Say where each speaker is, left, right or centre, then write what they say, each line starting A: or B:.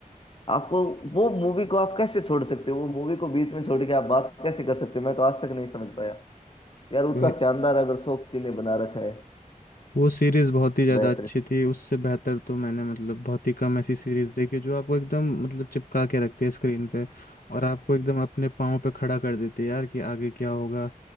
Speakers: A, on the left; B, on the left.
A: आप वो वो मूवी को आप कैसे छोड़ सकते हो वो मूवी को बीच में छोड़ के आप बात कैसे कर सकते हो मैं तो आज तक नहीं समझ पाया यार उतना
B: थे
A: शानदार अगर शो किसी ने बना रखा है
B: वो सीरीज बहुत ही ज़्यादा
A: बेहतर
B: अच्छी थी उससे बेहतर तो मैंने मतलब बहुत ही कम ऐसी सीरीज देखी जो आपको एकदम मतलब चिपका के रखती है स्क्रीन पे और आपको एकदम अपने पाँव पे खड़ा कर देती है यार कि आगे क्या होगा